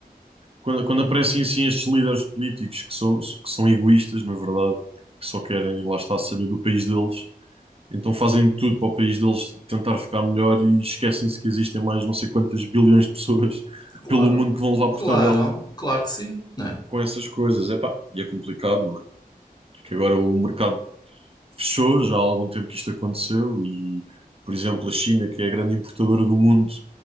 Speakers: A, on the right; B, on the left.
A: quando, quando aparecem assim estes líderes políticos que são, que são egoístas, na verdade, que só querem, lá está, saber do país deles, Então fazem tudo para o país deles tentar ficar melhor e esquecem-se que existem mais não sei quantas bilhões de pessoas <laughs>
B: Claro,
A: pelo mundo que vão levar por
B: claro,
A: tabela
B: claro que sim, não é?
A: com essas coisas. Epá, e é complicado, não é? que agora o mercado fechou, já há algum tempo que isto aconteceu e, por exemplo, a China, que é a grande importadora do mundo,